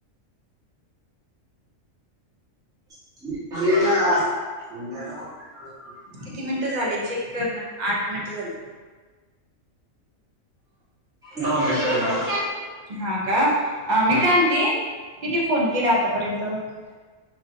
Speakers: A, in the centre; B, on the right.
A: <inaudible> <inaudible>
B: किती मिनिटं झाले चेक कर ना? आठ मिनिटं झाले.
A: नऊ मिनटं होईन आता.
B: हा का? अ मी
A: हम्म.
B: काय म्हणती किती फोन केले आतापर्यंत? अ